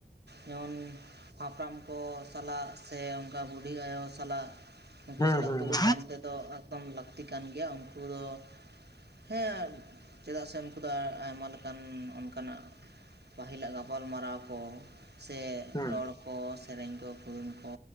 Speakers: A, on the right (about 85°); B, on the left (about 25°).
A: ᱡᱮᱢᱚᱱ ᱦᱟᱯᱲᱟᱢ ᱠᱚ ᱥᱟᱞᱟᱜ ᱥᱮ ᱚᱱᱠᱟ ᱵᱩᱰᱦᱤ ᱟᱭᱳ ᱥᱟᱞᱟᱜ ᱩᱱᱩᱠᱩ
B: ᱦᱮᱸ
A: ᱥᱟᱞᱟᱜ
B: ᱦᱮᱸ
A: ᱫᱩᱲᱩᱵ
B: ᱦᱮᱸ
A: ᱯᱟᱱᱛᱮ ᱫᱚ ᱮᱠᱫᱚᱢ ᱞᱟᱹᱠᱛᱤ ᱞᱟᱹᱠᱛᱤ ᱠᱟᱱ ᱜᱮᱭᱟ ᱩᱱᱠᱩ ᱫᱚ ᱦᱮᱸ ᱪᱮᱫᱟᱜ ᱥᱮ ᱩᱱᱠᱩ ᱫᱚ ᱟᱼᱟᱭᱢᱟ ᱞᱮᱠᱟᱱ ᱚᱱᱠᱟᱱᱟᱜ ᱯᱟᱹᱦᱤᱞᱟᱜ ᱜᱟᱯᱟᱞᱼᱢᱟᱨᱟᱣ ᱠᱚ ᱥᱮ
B: ᱦᱮᱸ
A: ᱨᱚᱲ ᱠᱚ ᱥᱮᱨᱮᱧ ᱠᱚ ᱠᱩᱫᱩᱢ ᱠᱚ